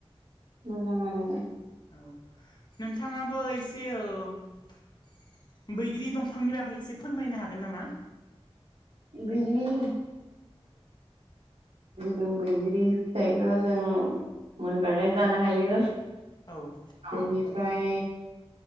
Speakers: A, on the right (about 85°); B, on the left (about 45°).
A: मजां आरोना
B: औ नोंथाङाबो एसे औ बैग्रि दंफांनि बागै एसे फोरमायनो हागोन नामा?
A: <unintelligible> जेरै जों बैग्रि फिथाइखौ जों मोनबथायथाय जानो हायो
B: औ
A: बेनिफ्राय